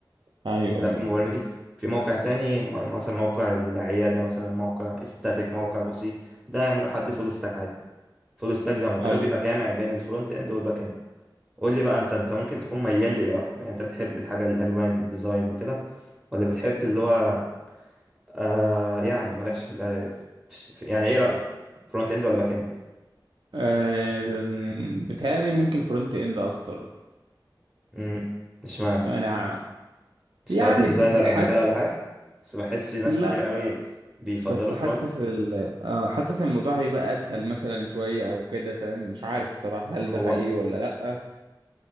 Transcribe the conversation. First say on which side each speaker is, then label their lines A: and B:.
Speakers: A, on the right; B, on the right.
A: ايوه
B: لا
A: ايوه
B: في مبرمج في موقع تاني م- مثلا موقع العيادة مثلا موقع استاتيك موقع بسيط ده يعمله حد فول ستاك عادي فول ستاك زي ما قلت
A: ايوه
B: لك بيبقى جامع بين الفرونت اند والباك اند قول لي بقى انت انت ممكن تكون ميال لايه اكتر يعني انت بتحب الحاجة الالوان الديزاين وكده ولا بتحب اللي هو آه يعني مالكش في, الأ- في في- يعني ايه رأيك فرونت اند ولا باك اند
A: آه بتهيألي ممكن فرونت اند اكتر
B: امم اشمعنى
A: انا
B: اشتغلت
A: يعني
B: ديزاينر
A: بحس
B: قبل كده ولا حاجة بس بحس ناس
A: لا
B: كتير قوي بيفضلوا
A: بس
B: فرونت
A: حاسس ال آه حاسس الموضوع هيبقى اسهل مثلا شوية او كده فاهم مش عارف الصراحة هل
B: هو
A: ده حقيقي ولا لا